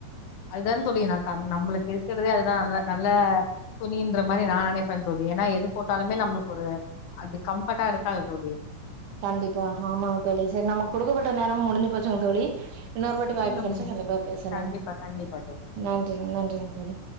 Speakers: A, on the left; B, on the right.
A: அதுதான் தோழி நா க நம்மளுக்கு த அதுதான் நல்ல நல்ல துணின்ற மாதிரி நான் நெனைப்பே தோழி ஏன்னா எது போட்டாலுமே நம்மளுக்கு ஒரு அது கம்ஃபர்டா இருக்காது தோழி
B: கண்டிப்பா ஆமாங்க தோழி சரி நமக்கு கொடுக்கப்பட்ட நேரம் முடிஞ்சு போச்சுங்க தோழி இன்னொரு வாட்டி வாய்ப்பு
A: மீண்டும்
B: கெடைச்சா கண்டிப்பா பேசலாங்
A: கண்டிப்பா கண்டிப்பா தோழி
B: நன்றிங்க நன்றிங்க தோழி